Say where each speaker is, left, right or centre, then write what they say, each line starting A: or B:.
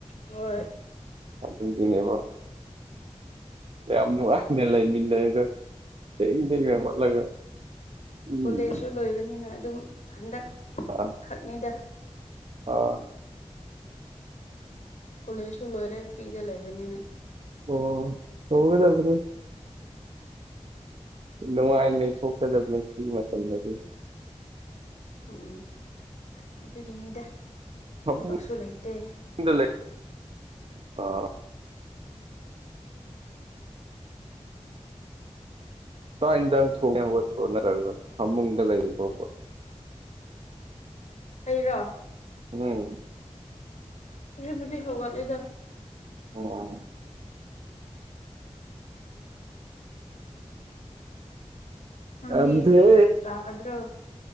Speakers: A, on the left; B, on the right.
A: ꯍꯣꯏ
B: ꯑꯗꯨꯒꯤꯅꯦꯕ ꯌꯥꯝ ꯅꯨꯡꯉꯥꯏꯅꯦ ꯂꯩꯃꯤꯟꯅꯩꯗ ꯊꯦꯡ ꯊꯦꯡꯅ ꯃꯣꯠꯂꯒ ꯎꯝ
A: ꯀꯣꯂꯦꯖꯁꯨ ꯂꯣꯏꯕꯅꯤꯅ ꯑꯗꯨꯝ ꯍꯟꯗꯛ
B: ꯑ
A: ꯈꯛꯅꯤꯗ
B: ꯑꯥ
A: ꯀꯣꯂꯦꯖꯁꯨ ꯂꯣꯏꯔꯦ ꯐ꯭ꯔꯤꯗ ꯂꯩꯕꯅꯤꯅ
B: ꯑꯣ ꯇꯉꯗꯔ ꯅꯨꯡꯉꯥꯏ ꯂꯩ ꯊꯣꯛꯀꯗꯕꯅꯦ ꯁꯤ ꯃꯇꯝꯗ ꯑꯗꯨ
A: ꯎꯝ ꯑꯗꯨꯒꯤꯅꯤꯗ
B: ꯐꯃꯨꯡꯗ
A: ꯊꯕꯛꯁꯨ ꯂꯩꯇꯦ
B: ꯂꯩ ꯑ ꯁꯋꯥꯏꯗꯪ ꯁ ꯁꯣꯠꯅꯔꯒ ꯐꯃꯨꯡꯗ ꯂꯩꯔꯤꯣꯕ
A: ꯑꯩꯔꯣ
B: ꯑꯣ
A: ꯕꯨꯗꯤ ꯍꯧꯒꯠꯂ ꯂꯩꯗ
B: ꯑꯣ
A: ꯅꯪꯗꯤ
B: ꯑꯝ ꯊ
A: ꯆꯥꯒꯗ꯭ꯔꯣ